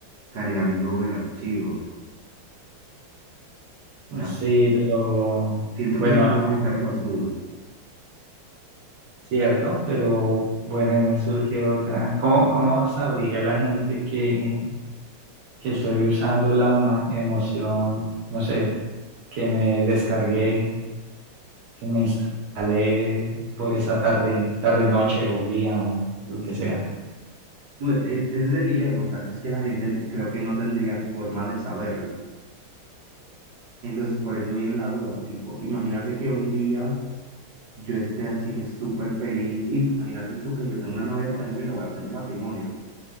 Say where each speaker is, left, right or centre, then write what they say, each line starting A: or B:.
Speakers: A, on the right; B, on the right.
A: cargando el archivo? O sea,
B: Sí, pero
A: siento
B: bueno,
A: que siempre van a estar esas dudas.
B: cierto, pero bueno, ahí me surge otra. ¿Cómo, cómo sabría la gente que, que estoy usando la huma- emoción, no sé, que me descargué, que me instalé por esa tarde, tarde noche o día o lo que sea.
A: Tú, e- e- Ese es el dilema, o sea, es que la gente creo que no tendría forma de saberlo. Entonces, por eso viene la duda, tipo, imagínate que un día Yo esté así que súper feliz. Y Imagínate tú que yo tengo una novia, por ejemplo, y le voy a pedir matrimonio.